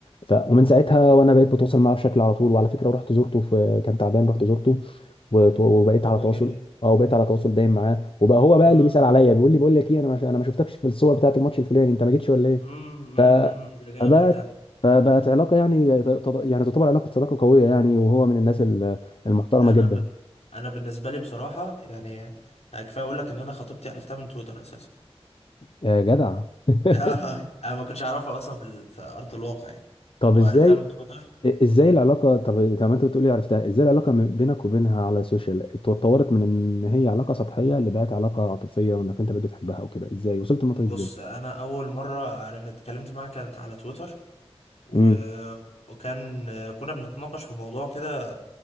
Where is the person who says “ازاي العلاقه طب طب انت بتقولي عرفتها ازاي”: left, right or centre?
Left